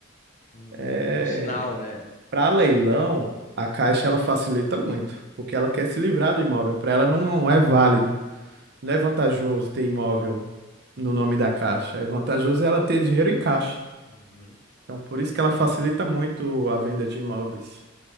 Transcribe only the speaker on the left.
Hum,
é um sinal, né?
Uhum.